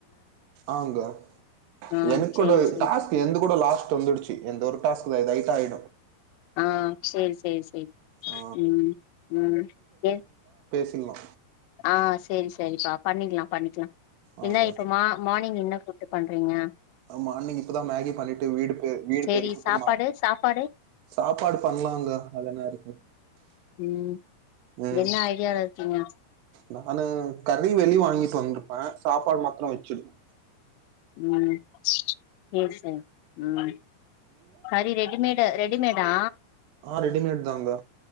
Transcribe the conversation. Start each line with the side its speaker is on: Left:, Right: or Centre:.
Right: ஆங்கா
Left: ஆ
Right: எனக்கூட
Left: சேரி சேரி
Right: டாஸ்க் என்து கூட லாஸ்ட் வந்துடுச்சு இந்த ஒரு டாஸ்க் தா ஐ ஆய்டு
Left: ஆ சேரி சேரி சேரி
Right: ஆ
Left: உம் ம் ஏ
Right: திங்லா
Left: ஆ சேரி சேரிப்பா பண்ணிக்லா பண்ணிக்லா
Right: ஆங்க
Left: என்ன இப்ப மா மானிங் என்ன கூட்டு பண்றீங்க
Right: அ மானிங் இப்பதா மேகி பண்ணிட்டு வீடு பெ வீடு
Left: சேரி
Right: பெருக்கி உட்டு
Left: சாப்பாடு சாப்பாடு
Right: <inaudible> சாப்பாடு பண்லாங்கா அது என்ன இருக்கு
Left: ம்
Right: ம்
Left: என்ன ஐடியால இருக்கீங்க
Right: நானு கறி வெளி வாங்கிட்டு வந்துருப்பே சாப்பாடு மத்ரோ வெச்சிடுவ
Left: ம் சேர் சேர் ம் கறி ரெடிமேடு ரெ டிமேடா
Right: ஆ ரெடிமேடு தாங்கா